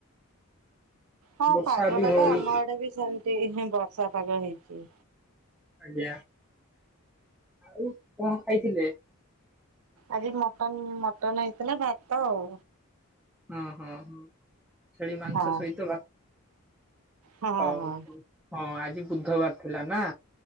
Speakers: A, on the right (about 75°); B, in the centre.
A: ହଁ
B: ବର୍ଷା
A: ପାଗ
B: ବି
A: ଟା
B: ହଉନି
A: ତ ଆମ ଆଡେ ବି ସେମିତି ବର୍ଷା ପାଗ ହେଇଚି।
B: ଆଜ୍ଞା। ଆଉ କଣ ଖାଇଥିଲେ?
A: ଆଜି ମଟନ୍, ମଟନ୍ ହେଇଥିଲା ଭାତ ଆଉ।
B: ହୁଁ ହୁଁ ହୁଁ। ଛେଳି ମାଂସ
A: ହଁ
B: ସହିତ ବା
A: ହଁ
B: ହଉ
A: ହଁ।
B: ହଉ। ହଁ ଆଜି ବୁଧବାର ଥିଲା ନାଁ